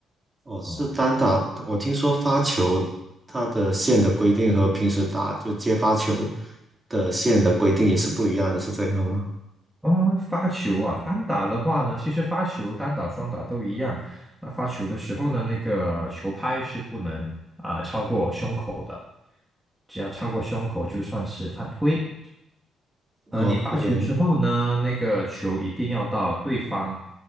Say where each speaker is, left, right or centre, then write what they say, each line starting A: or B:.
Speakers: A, on the right (about 20°); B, in the centre.
A: 哦，是单打。
B: 哦。
A: 我听说发球它的线的规定和平时打就接发球的线的规定也是不一样的，是这样吗？
B: 哦，发球啊，单打的话呢，其实发球单打、双打都一样。那发球的时候呢，那个球拍是不能啊、超过胸口的，只要超过胸口就算是犯规。
A: 哦，
B: 而你发球之后呢，
A: 对，
B: 那个球一定要到对方